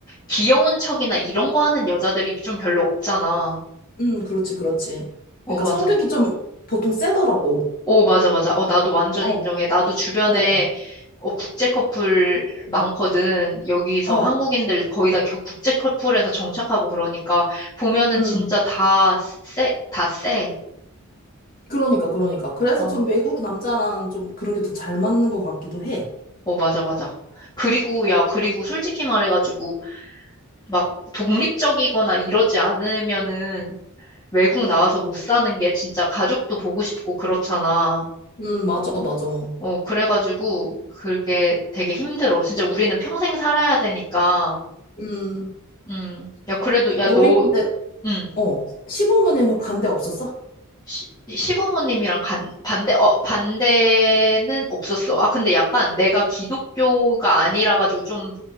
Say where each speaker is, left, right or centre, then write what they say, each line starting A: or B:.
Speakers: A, on the left; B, on the left.
A: 귀여운 척이나 이런 거 하는 여자들이 좀 별로 없잖아.
B: 음, 그렇지, 그렇지.
A: 어,
B: 그러니까
A: 맞아.
B: 성격이 좀 보통 세더라고.
A: 어, 맞아, 맞아. 어, 나도 완전
B: 어,
A: 인정해. 나도 주변에
B: 어,
A: 어, 국제 커플 많거든. 여기서
B: 어,
A: 한국인들 거의 다 겨- 국제 커플에서 정착하고 그러니까 보면은
B: 음.
A: 진짜 다 쎄, 다 쎄.
B: 그러니까, 그러니까. 그래서
A: 어,
B: 좀 외국 남자랑 좀 그런 게 더 잘 맞는 것 같기도 해.
A: 어, 맞아, 맞아. 그리고, 야, 그리고 솔직히 말해가지고 막 독립적이거나 이러지 않으면은 외국 나와서 못 사는 게 진짜 가족도 보고 싶고 그렇잖아.
B: 음, 맞아, 맞아.
A: 어, 그래가지고 그게 되게 힘들어. 진짜 우리는 평생 살아야 되니까.
B: 음.
A: 음, 야, 그래도, 야,
B: 너희
A: 너,
B: 근데
A: 음.
B: 어, 시부모님은 반대 없었어?
A: 시, 시부모님이랑 간, 반대, 어, 반대는 없었어. 아, 근데 약간 내가 기독교가 아니라 가지고 좀,